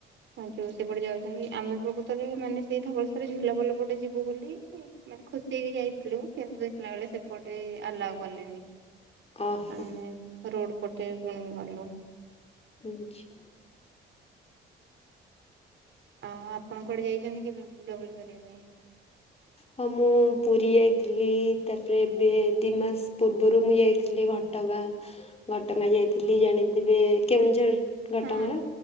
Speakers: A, on the right; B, on the left.
A: ହଁ ଯୋଉ ସେପଟେ ଯାଉଛନ୍ତି ଆମେ ପ୍ରକୃତରେ ମାନେ ସେଇ ଧବଳେଶ୍ୱର୍ ଝୁଲାପୋଲ ପଟେ ଯିବୁ ବୋଲି ମାନେ ଖୁସି ହେଇକି ଯାଇଥିଲୁ କିନ୍ତୁ ଦେଖିଲା ବେଳେ ସେପଟେ ଆଲାଓ କଲେନି।
B: ଓହୋ
A: ଆମେ ରୋଡ ପଟେ ପୁଣି ଗଲୁ।
B: ଆଛା।
A: ଆଉ ଆପଣ କୁଆଡ଼େ ଯାଇଛନ୍ତି କେବେ ବୁଲାବୁଲି କରିବା ପାଇଁ?
B: ହଁ ମୁଁ ପୁରୀ ଯାଇଥିଲି ତାପରେ ଏବେ ଦି ମାସ ପୂର୍ବରୁ ମୁଁ ଯାଇଥିଲି ଗୋଟେ ଘଟଗାଁ ଘଟଗାଁ ଯାଇଥିଲି ଜାଣିଥିବେ କେଉଁଝର ଘଟଗାଁ।
A: ହଁ